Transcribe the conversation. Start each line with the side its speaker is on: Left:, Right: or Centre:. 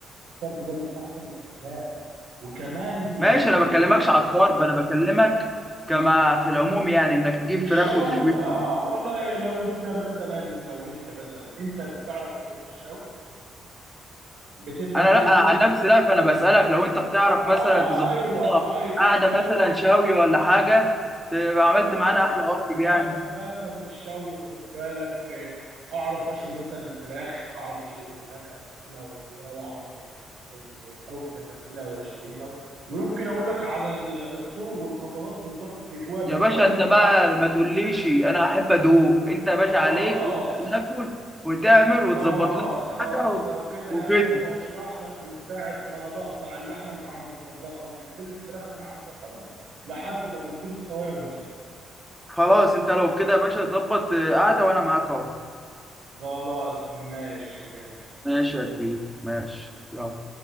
Right: الطرب ده من احسن الاكلات وكمان
Centre: ماشي
Right: اللي
Centre: انا بكلمكش على الطرب انا بكلمك كما في العموم يعني انك تجيب
Right: في الشوي
Centre: فراخ وتشويها
Right: اه والله لو انت مثلا لو انت مثلا انت بتعرف في الشوي بتفهم
Centre: انا
Right: فيه
Centre: لا
Right: وكده
Centre: انا عن نفسي لا فانا بسالك لو انت بتعرف
Right: اه
Centre: مثلا تظبط
Right: ايوه
Centre: لنا
Right: ايوه
Centre: قاعده
Right: ايوه
Centre: مثلا شاوي ولا حاجه تبقى عملت
Right: انا
Centre: معانا
Right: بفهم
Centre: احلى واجب
Right: بف
Centre: يعني
Right: بفهم في الشوي وخد بالك آه، اعرف اشوي مثلا الفراخ اعرف اشوي الفراخ اتبلها واشويها واعرف في الكفته اتبلها واشويها ويمكن اقول لك على ال- الطرق والخطوات بالظبط تشويها من
Centre: يا باشا
Right: اول
Centre: انت بقى
Right: ما
Centre: ما تقوليش
Right: من
Centre: انا احب ادوق انت يا باشا
Right: خلاص
Centre: عليك واحنا ناكل وتعمل
Right: خلاص
Centre: وتظبط لنا
Right: خلاص
Centre: قاعده و-
Right: لو كده
Centre: وكده
Right: هقابلك واشرح لك من ساعة ما انا بقطع اللحمة من عند الجزار او بشتري الفراخ من عند الراجل لحد ما بنجيب الشواية ونشوي
Centre: خلاص انت لو كده يا باشا ظبط قاعده وانا معاك اهو
Right: خلاص ماشي يا شيخ.
Centre: ماشي يا كبير ماشي يلا